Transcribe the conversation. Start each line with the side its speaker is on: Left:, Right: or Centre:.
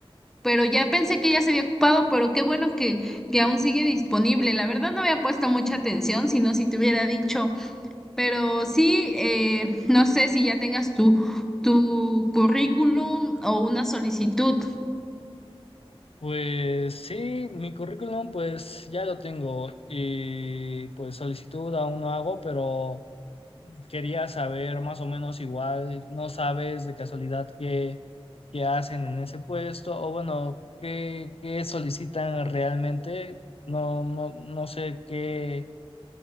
Centre: pero ya pensé que ya se había ocupado, pero qué bueno que, que aún sigue disponible. La verdad no había puesto mucha atención, sino si te hubiera dicho, pero sí, eh, no sé si ya tengas tu, tu currículum o una solicitud.
Left: Pues sí, mi currículum pues ya lo tengo y pues solicitud aún no hago, pero... Quería saber más o menos igual, no sabes de casualidad qué, qué hacen en ese puesto o bueno, qué, qué solicitan realmente. No, no, no sé qué,